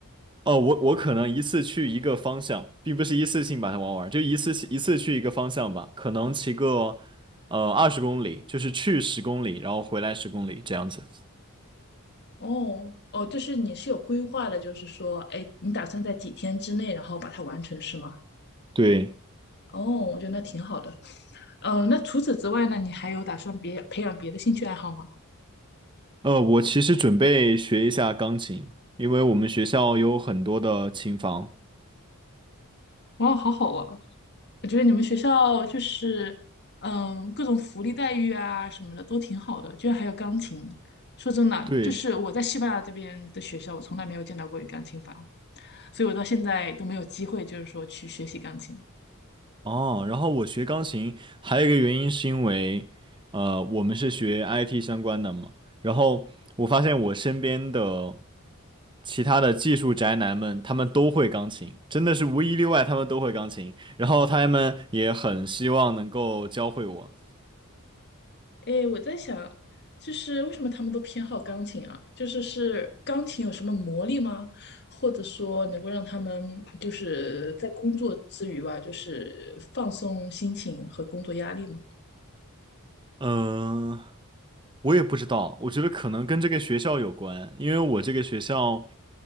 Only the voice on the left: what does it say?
哦哦，就是你是有规划的，就是说，哎，你打算在几天之内，然后把它完成，是吗？
哦，我觉得那挺好的。嗯，那除此之外呢，你还有打算别培养别的兴趣爱好吗？
哇，好好啊！我觉得你们学校就是，嗯，各种福利待遇啊什么的都挺好的，居然还有钢琴。说真的，
就是我在西班牙这边的学校，我从来没有见到过有钢琴房，所以我到现在都没有机会，就是说去学习钢琴。
诶，我在想，就是为什么他们都偏好钢琴啊？就是是钢琴有什么魔力吗？或者说能够让他们就是在工作之余吧，就是放松心情和工作压力吗？